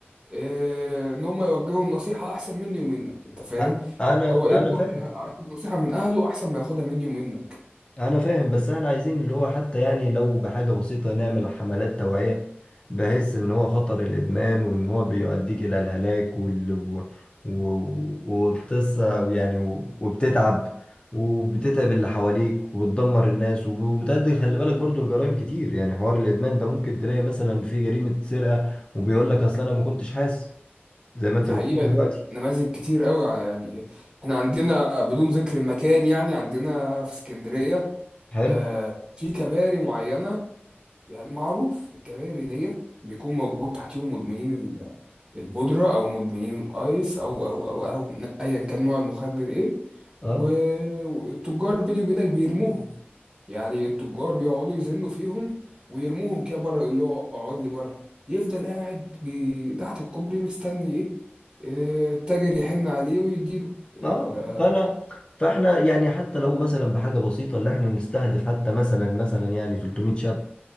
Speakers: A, on the right (about 25°); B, on the left (about 25°).
A: آه، إن هم يوجهوا النصيحة أحسن مني ومنك أنت فاهم؟
B: أ- أنا
A: يعني هو ابنه
B: أنا فاهم
A: هي- هياخد نصيحة من أهله أحسن ما ياخدها مني ومنك
B: انا فاهم بس احنا عايزين اللي هو حتى يعني لو بحاجة بسيطة نعمل حملات توعية بحيث ان هو خطر الادمان وان هو بيؤديك الى الهلاك وال... و... و... وبتص يعني و- وبتتعب وبتتعب اللي حواليك وبتدمر الناس وب- وبتأدي خلي بالك برضو الجرائم كتير يعني حوار الادمان ده ممكن تلاقي مثلا في جريمة سرقة وبيقول لك اصل انا ما كنتش حاسس زي ما انت
A: دي
B: بتقول
A: حقيقة
B: دلوقتي
A: دي نماذج كتير قوي ع- يعني احنا عندنا بدون ذكر المكان يعني عندنا في اسكندرية
B: حلو
A: آه، في كباري معينة يعني معروف الكباري ديت بيكون موجود تحتيهم مدمنين ال- البودرة أو مدمنين الأيس أو أو أو أو ن- أيا كان نوع المخدر إيه
B: اه
A: و- والتجار بيني وبينك بيرموهم يعني التجار بيقعدوا يذلوا فيهم ويرموهم كده بره يقول له اقعد لي بره يفضل قاعد بي... تحت الكوبري مستني ايه التاجر يحن عليه ويديله ال-
B: اه فانا فاحنا يعني حتى لو مثلا بحاجه بسيطه اللي احنا نستهدف حتى مثلا مثلا يعني 300 شاب